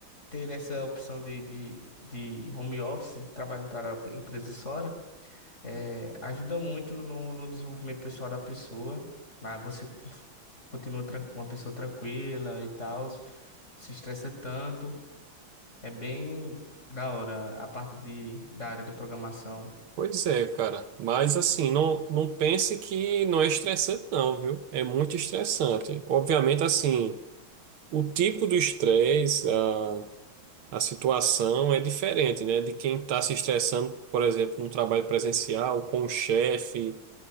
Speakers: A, on the left (about 35°); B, on the right (about 80°).
A: ter essa opção de, de, de home office, trabalhando para a empresa Sora, é, ajuda muito no, no desenvolvimento pessoal da pessoa. Lá você continua tran- uma pessoa tranquila e tal, se estressa tanto. É bem da hora a parte de, da área de programação.
B: Pois é, cara. Mas assim, não, não pense que não é estressante, não, viu? É muito estressante. Obviamente, assim, o tipo do estresse, a, a situação é diferente, né? De quem está se estressando, por exemplo, num trabalho presencial, com o chefe,